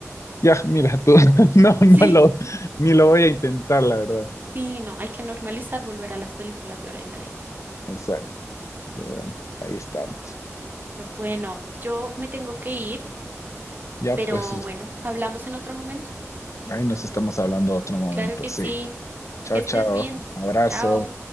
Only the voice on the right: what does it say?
<laughs>
sí,
sí, no, hay que normalizar volver a las películas de hora y media,
pero bueno, yo me tengo que ir,
pero
bueno, hablamos en otro momento,
claro que
sí,
que estés
bien,
chao.